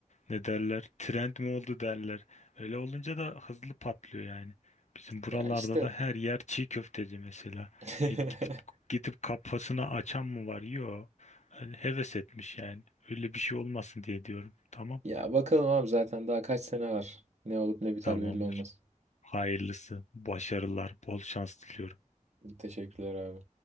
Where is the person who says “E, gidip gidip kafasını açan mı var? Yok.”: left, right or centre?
Left